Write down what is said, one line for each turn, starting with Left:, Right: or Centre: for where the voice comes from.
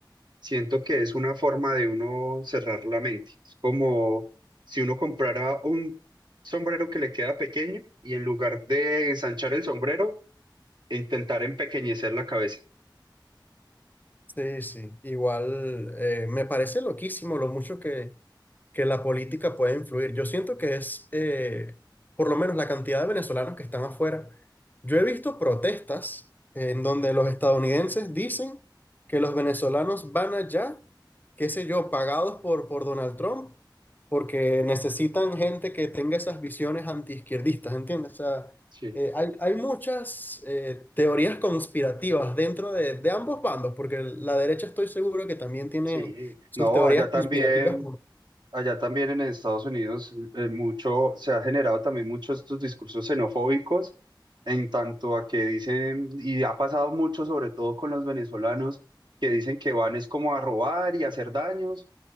Right: siento que es una forma de uno cerrar la mente. Es como si uno comprara un sombrero que le queda pequeño y en lugar de ensanchar el sombrero, intentar empequeñecer la cabeza.
Left: Sí, sí, igual eh, me parece loquísimo lo mucho que, que la política puede influir. Yo siento que es, eh, por lo menos la cantidad de venezolanos que están afuera. Yo he visto protestas en donde los estadounidenses dicen que los venezolanos van allá, qué sé yo, pagados por, por Donald Trump, porque necesitan gente que tenga esas visiones antiizquierdistas, ¿entiendes? O sea,
Right: Sí.
Left: eh, hay, hay muchas eh, teorías conspirativas dentro de, de ambos bandos, porque la derecha estoy seguro que también tiene
Right: Sí,
Left: sus
Right: no,
Left: teorías
Right: allá
Left: conspirativas.
Right: también, allá también en Estados Unidos eh, eh, mucho, se ha generado también muchos estos discursos xenofóbicos en tanto a que dicen, y ha pasado mucho sobre todo con los venezolanos, que dicen que van es como a robar y a hacer daños,